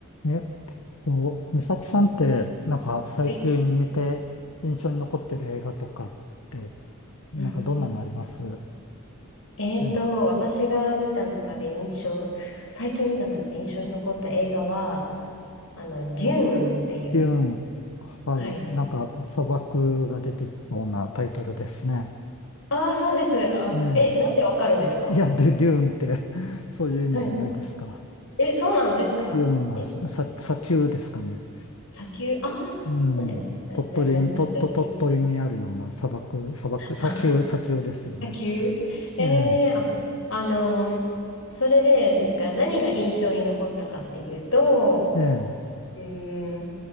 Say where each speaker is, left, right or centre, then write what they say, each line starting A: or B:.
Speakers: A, on the left; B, on the left.
A: えっと、美咲さんって、なんか最近見て印象に残ってる映画とかって、
B: はい
A: なんかどんなのあります
B: うん。えーと、
A: え、
B: 私が見た中で印象、最近見た中で印象に残った映画は、あの、デューンっていう。
A: デューン、はい、
B: はい。
A: なんか砂漠が出てきそうなタイトルですね。
B: ああ、そうです。あ、
A: ね
B: え、なんでわかるんですか
A: えいや、デュ、デューンって <laughs> そういう意味じゃないですか。
B: はい。え、そうなんですかえ、
A: デューンはさ、さ砂丘ですかね。
B: 砂丘ああそうなんだ。
A: うん。
B: え、
A: 鳥取に、
B: な、な、何も知らずに。
A: と、と、鳥取にあるような砂漠、砂漠、砂丘、
B: <laughs> あ
A: 砂丘ですよね。
B: 砂丘えー、
A: ええ、
B: あ、あのーそれで、なんか何が印象に残ったかっていうと、
A: ええ、
B: うーん、